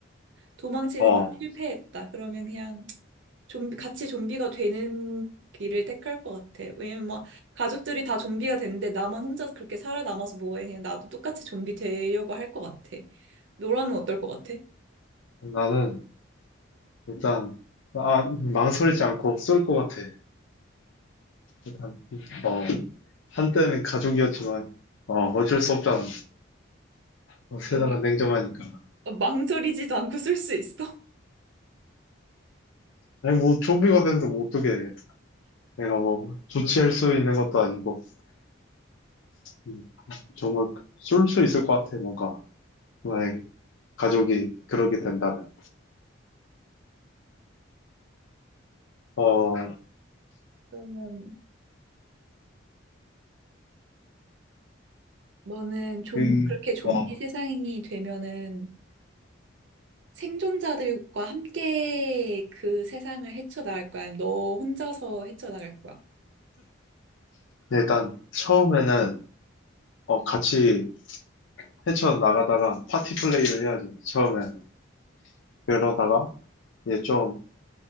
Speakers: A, on the right; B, on the left.
A: 도망치는
B: 어.
A: 게 실패했다. 그러면 그냥 좀비, 같이 좀비가 되는 길을 택할 것 같아. 왜냐면 막 가족들이 다 좀비가 됐는데 나만 혼자 그렇게 살아남아서 뭐해. 그냥 나도 똑같이 좀비 되려고 할 것 같아. 너라면 어떨 것 같아?
B: 나는 일단 아, 망설이지 않고 쏠 것 같아. 일단 어, 한때는 가족이었지만 어, 어쩔 수 없잖아. 어, 세상은
A: 정말
B: 냉정하니까.
A: 망설이지도 않고 쏠 수 있어?
B: 아니 뭐 좀비가 됐는데 뭐 어떻게 내가 뭐 조치할 수 있는 것도 아니고 음, 정말 쏠 수 있을 것 같아. 뭔가 만약에 가족이 그러게 된다면. 어,
A: 그러면 너는 좀
B: 음,
A: 그렇게 좀비
B: 어,
A: 세상이 되면은 생존자들과 함께 그 세상을 헤쳐나갈 거야? 아니면 너 혼자서 헤쳐나갈 거야?
B: 일단 처음에는 어, 같이 헤쳐나가다가 파티 플레이를 해야지, 처음에는. 그러다가 이제 좀